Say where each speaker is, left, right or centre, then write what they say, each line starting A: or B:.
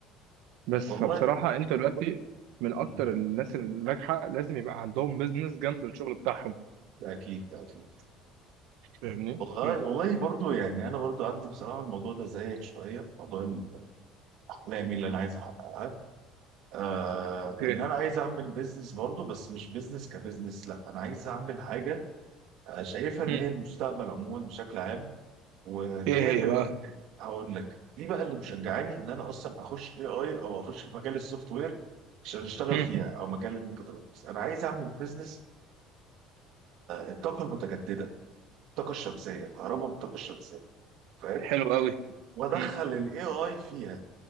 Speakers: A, on the right; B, on the right.
A: بس
B: والله
A: فبصراحه انت دلوقتي من
B: مم.
A: اكتر الناس الناجحه لازم يبقى عندهم بيزنس جنب الشغل بتاعهم
B: ده اكيد ده اكيد
A: فاهمني؟
B: والله
A: مم.
B: والله برضو يعني انا برضو عندي بصراحه الموضوع ده زيك شويه في موضوع احلامي اللي انا عايز احققها آه
A: اوكي
B: ان انا عايز اعمل بيزنس برضو بس مش بيزنس كبيزنس لا انا عايز اعمل حاجه آه، شايفها ان
A: امم
B: هي المستقبل عموما بشكل عام وديت
A: ايه هي
B: ال...
A: بقى؟
B: هقول لك دي بقى اللي مشجعاني ان انا اصلا اخش اي اي او اخش في مجال السوفت وير عشان اشتغل
A: امم
B: فيها او مجال الميكاترونكس انا عايز اعمل بزنس الطاقه المتجدده الطاقه الشمسيه الكهرباء بالطاقه الشمسيه فاهم
A: حلو قوي
B: وادخل
A: مم.
B: الاي اي فيها